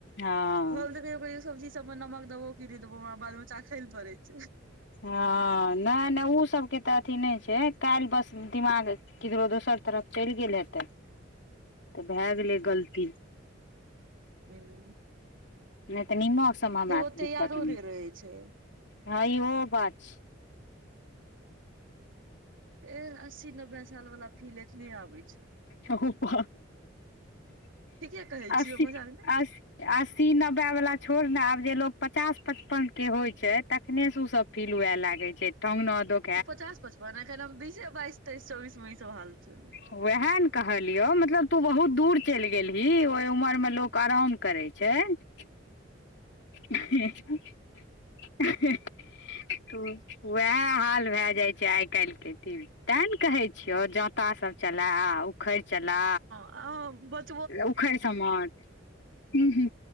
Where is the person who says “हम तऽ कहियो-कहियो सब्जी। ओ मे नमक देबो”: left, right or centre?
Right